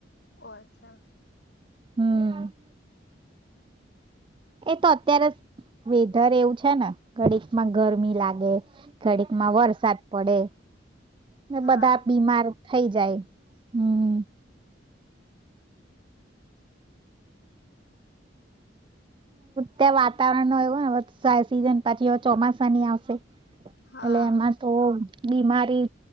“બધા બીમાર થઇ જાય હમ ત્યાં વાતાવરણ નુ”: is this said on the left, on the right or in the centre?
Right